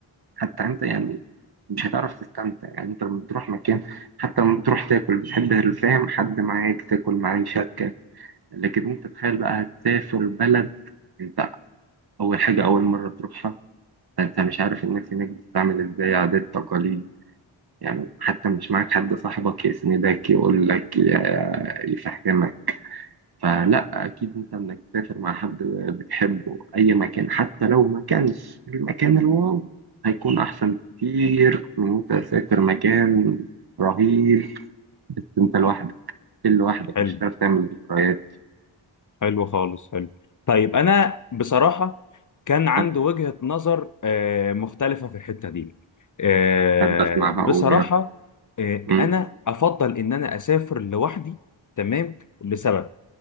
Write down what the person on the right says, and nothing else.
حتى انت يعني مش هتعرف تستمتع يعني انت لما بتروح مكان حتى لما بتروح تاكل بتحب الفاهم حد معاك تاكل معاه يشاركك لكن انت تخيل بقى هتسافر بلد انت اول حاجة اول مرة تروحها انت مش عارف الناس هناك بتعمل ازاي عادات تقاليد يعني حتى مش معاك حد صاحبك يسندك يقول لك يفهمك فلا اكيد انت انك تسافر مع حد بتحبه اي مكان حتى لو ما كانش المكان الواو هيكون احسن بكتير من انت تسافر مكان رهيب بس انت لوحدك كل لوحدك
مش هتعرف تعمل ذكريات
أه،
احب اسمعها
اقول يا
أم،